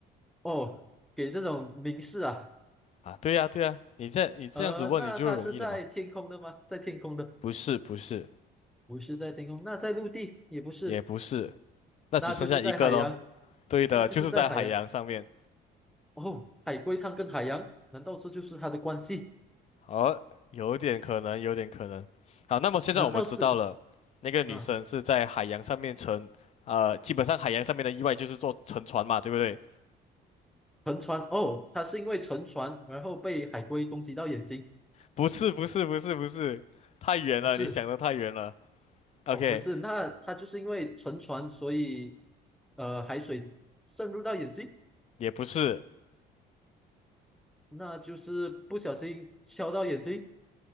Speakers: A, in the centre; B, on the left (about 40°).
A: 哦，给这种明示啊，
B: 啊，对呀，对呀，你这你这样子问你就容易了嘛？
A: 呃，那他是在天空的吗？在天空的。
B: 不是，不是，
A: 不是在天空，那在陆地也不是，
B: 也不是，那只剩下一个咯。
A: 那就是在海洋，
B: 对的，
A: 那就是在海洋。
B: 就是在海洋上面。
A: 哦，海龟汤跟海洋，难道这就是它的关系？
B: 好，有点可能，有点可能。好，那么现在我们知道了，
A: 难道是
B: 那个女生是在海洋上面乘，
A: 啊，
B: 呃，基本上海洋上面的意外就是坐沉船嘛，对不对？
A: 沉船？哦，它是因为沉船，然后被海龟攻击到眼睛？
B: 不是，不是，不是，不是，太远了，
A: 不是，
B: 你想的太远了。OK，
A: 哦，不是，那它就是因为沉船，所以呃，海水渗入到眼睛，
B: 也不是，
A: 那就是不小心敲到眼睛。